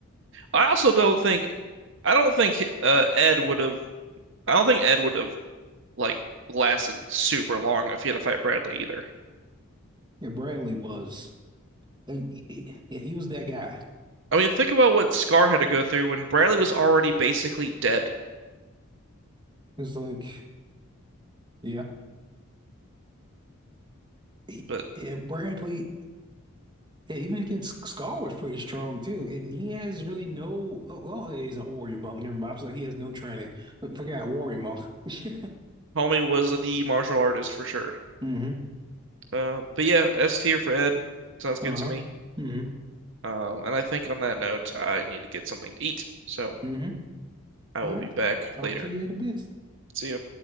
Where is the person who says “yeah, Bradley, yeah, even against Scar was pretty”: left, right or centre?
Right